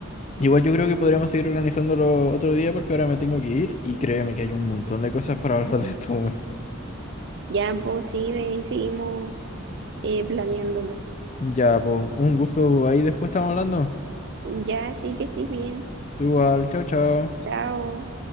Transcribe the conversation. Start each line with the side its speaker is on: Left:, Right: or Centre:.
Left: Igual yo creo que podríamos seguir organizándolo otro día porque ahora me tengo que ir y créeme que hay un montón de cosas para <laughs> hablar de esto. weón.
Right: Ya, pues sí, de ahí seguimos eh, planeándolo.
Left: Ya, pues, un gusto. Ahí después estamos hablando.
Right: Ya, sí que estés bien.
Left: Tú igual, chao, chao.
Right: Chao.